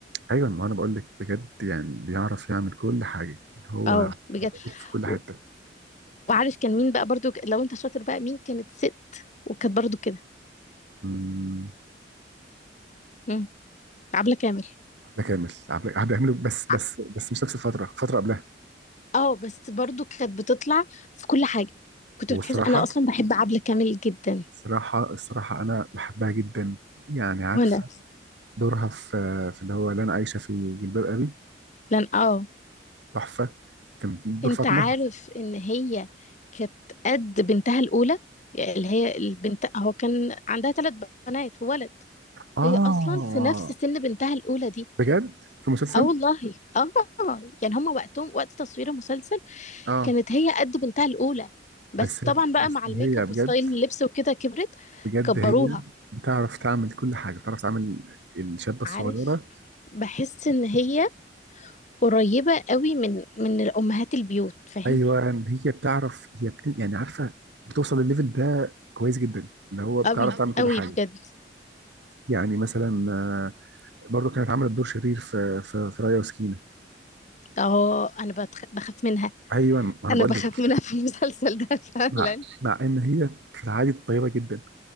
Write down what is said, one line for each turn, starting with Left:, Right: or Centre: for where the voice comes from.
Right: ايوه ما انا بقول لك بجد يعني بيعرف يعمل كل حاجه اللي هو
Left: اه بجد
Right: موجود في كل
Left: و-
Right: حته
Left: وعارف كان مين بقى برضو ك- لو انت شاطر بقى مين كانت ست وكانت برضو كده
Right: أمم،
Left: مم. عبلة كامل
Right: عبله كامل عبله عبله كامل بس
Left: ع-
Right: بس بس مش نفس الفتره فتره قبلها
Left: اه بس برضو كانت بتطلع في كل حاجة كنت
Right: والصراحه
Left: بتحس انا اصلا بحب عبلة كامل جدا
Right: الصراحه الصراحه انا بحبها جدا يعني عارفه
Left: وانا
Right: دورها في في اللي هو اللي انا عايشه في جلباب ابي
Left: لان اه
Right: تحفه كان دور
Left: انت
Right: فاطمه
Left: عارف ان هي كانت قد بنتها الاولى يعني اللي هي البنت هو كان عندها ثلاث بنات وولد
Right: اه
Left: هي اصلا في نفس سن بنتها الاولى دي
Right: بجد في مسلسل
Left: اه والله اه يعني هما وقتهم وقت تصوير المسلسل
Right: اه
Left: كانت هي قد بنتها الاولى بس
Right: بس
Left: طبعا بقى
Right: بس
Left: مع الميك
Right: هي
Left: اب
Right: بجد
Left: وستايل اللبس وكده كبرت
Right: بجد
Left: كبروها
Right: هي بتعرف تعمل كل حاجه بتعرف تعمل الشابه الصغيره
Left: عارف بحس ان هي قريبة قوي من من الامهات البيوت فاهم
Right: ايوه يعني هي بتعرف هي بت... يعني عارفه بتوصل للليفل ده كويس جدا اللي هو بتعرف
Left: قوي
Right: تعمل كل
Left: قوي
Right: حاجه
Left: بجد
Right: يعني مثلا آه، برضو كانت عملت دور شرير في في, في رايا وسكينه
Left: اه انا بتخ... بخاف منها
Right: ايوه ما انا
Left: انا
Right: بقول
Left: بخاف
Right: لك
Left: منها في المسلسل ده <laughs> فعلا
Right: مع مع ان هي في العادي طيبه جدا